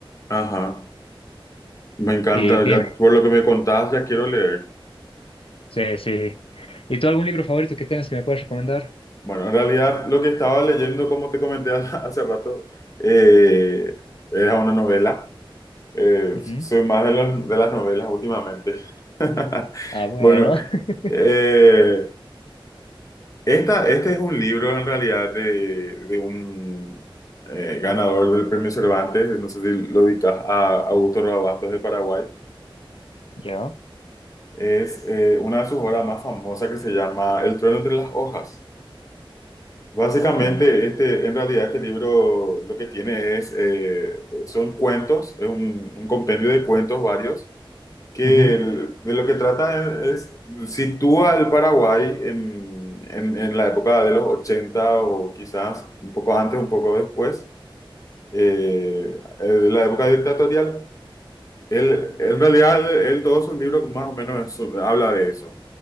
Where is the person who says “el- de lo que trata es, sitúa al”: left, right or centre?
Left